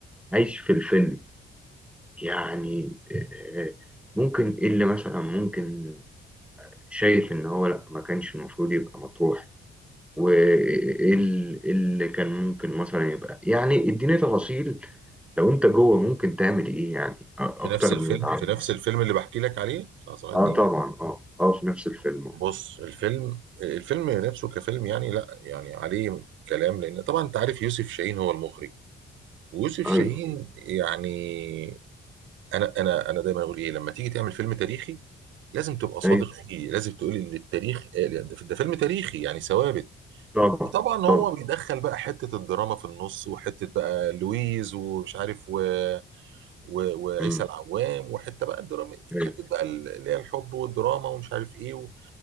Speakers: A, in the centre; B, on the right.
A: عايش في الفيلم يعني آه، آه، ممكن ايه اللي مثلا ممكن شايف ان هو لا ما كانش المفروض يبقى مطروح وايه ال- إيه اللي كان ممكن مثلا يبقى يعني اديني تفاصيل لو انت جوه ممكن تعمل ايه يعني أ- اكتر
B: في نفس الفيلم
A: من اللي اتعمل
B: في نفس الفيلم اللي بحكي لك عليه بتاع صلاح الدين
A: اه طبعا اه اه في نفس الفيلم آه.
B: بص الفيلم الفيلم نفسه كفيلم يعني لا يعني عليه كلام لان طبعا انت عارف يوسف شاهين هو المخرج ويوسف
A: ايوه
B: شاهين يعني انا انا انا دايما اقول ايه لما تيجي تعمل فيلم تاريخي لازم تبقى صادق
A: ايوه
B: فيه لازم تقول ان التاريخ قال- ده ده فيلم تاريخي يعني ثوابت
A: طبعا
B: وطبعا هو
A: طبعا
B: بيدخل بقى حته الدراما في النص وحته بقى لويز ومش عارف و... و... وعيسى
A: امم
B: العوام وحته بقى الدراما
A: ايوه
B: حته بقى اللي هي الحب والدراما ومش عارف ايه و...